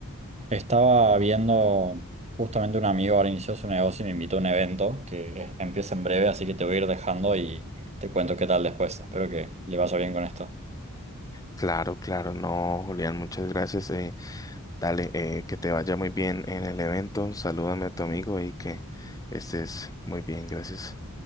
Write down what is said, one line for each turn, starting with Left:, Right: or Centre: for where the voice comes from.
Right: estaba viendo justamente un amigo ahora inició su negocio y me invitó a un evento que empieza en breve, así que te voy a ir dejando y te cuento qué tal después. Espero que le vaya bien con esto.
Left: Claro, claro, no, Julián, muchas gracias. eh, dale, eh, que te vaya muy bien en el evento. Salúdame a tu amigo y que estés muy bien. Gracias.